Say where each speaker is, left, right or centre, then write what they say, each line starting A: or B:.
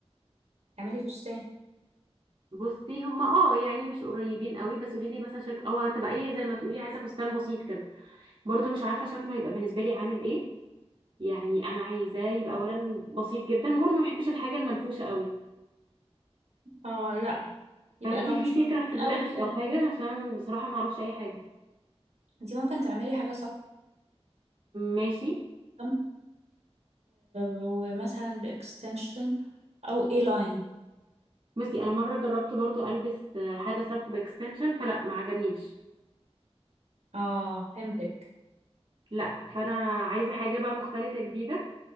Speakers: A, on the right; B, on the right.
A: اعملي فستان
B: بصي هما اه يعني مش قريبين قوي بس قولي لي مثلا شكل اه هتبقى ايه زي ما تقولي عايزه فستان بسيط كده برضو مش عارفه شكله هيبقى بالنسبه لي عامل ايه يعني انا عايزاه يبقى اولا بسيط جدا وبرضو ما بحبش الحاجه المنفوشه قوي
A: اه لا يبقى
B: فانت
A: لو
B: في
A: مش
B: فكره
A: قريبين
B: في دماغك
A: قوي
B: او
A: خليه
B: حاجه عشان بصراحه ما اعرفش اي حاجه
A: انت ممكن تعملي حاجة
B: ماشي
A: سبتم ومثلا باكستنشن او اي لاين
B: بصي انا مره جربت برضو البس آه، حاجه ساب اكستنشن فلا ما عجبنيش
A: اه فهمتك
B: لا فانا عايزه حاجه بقى مختلفه جديده